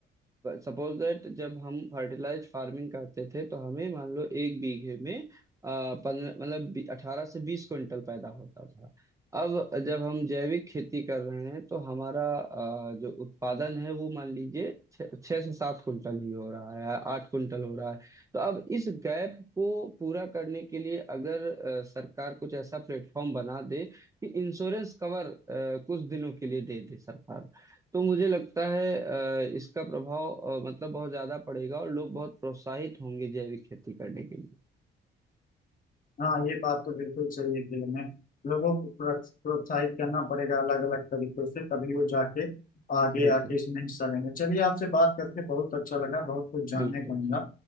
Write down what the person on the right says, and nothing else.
सपोज दैट जब हम फर्टिलाइज्ड फार्मिंग करते थे तो हमें मान लो एक बीघे में पंद्रह मतलब अठारह से बीस क्विंटल पैदा होता था अब जब हम जैविक खेती कर रहे हैं तो हमारा अ, जो उत्पादन है वो मान लीजिए छः छः से सात कुंटल ही हो रहा है आठ कुंटल हो रहा है तो अब इस गैप को पूरा करने के लिए अगर अ, सरकार कुछ ऐसा प्लेटफॉर्म बना दे कि इंश्योरेंस कवर अ, कुछ दिनों के लिए दे दे सरकार तो मुझे लगता है अ, इसका प्रभाव अ, मतलब बहुत ज्यादा पड़ेगा और लोग बहुत प्रोत्साहित होंगे जैविक खेती करने के लिए
बिल्कुल
बिल्कुल